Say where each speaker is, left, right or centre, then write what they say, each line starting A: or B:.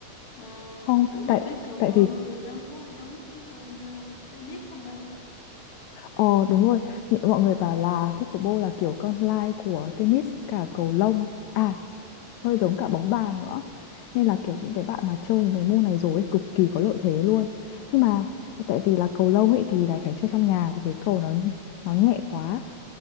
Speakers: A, on the left (about 30°); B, on the left (about 75°).
A: Ờ,
B: Không,
A: ủa mà
B: tại
A: pickleball
B: tại vì
A: thì nó có giống như bên ờ, tennis không bạn?
B: Ờ đúng rồi, nhị mọi người bảo là pickleball là kiểu con lai của tennis cả cầu lông, à hơi giống cả bóng bàn nữa. Nên là kiểu những cái bạn mà chơi những cái môn này rồi ấy, cực kỳ có lợi thế luôn. Nhưng mà tại vì là cầu lông ấy thì lại phải chơi trong nhà vì cái cầu nó nó nhẹ quá.